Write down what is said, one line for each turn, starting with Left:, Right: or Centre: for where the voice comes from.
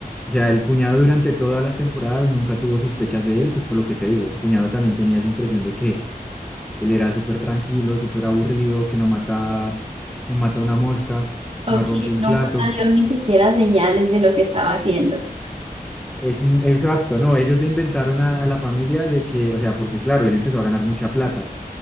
Centre: O sea, el cuñado durante todas las temporadas nunca tuvo sospechas de él, pues por lo que te digo, el cuñado también tenía esa impresión de que él era súper tranquilo, súper aburrido, que no mata, no mata una mosca,
Right: Ok,
Centre: no rompe un
Right: nunca
Centre: plato.
Right: dio ni siquiera señales de lo que estaba haciendo.
Centre: Es, exacto, no, ellos le inventaron a, a la familia de que, o sea, porque claro, él empezó a ganar mucha plata.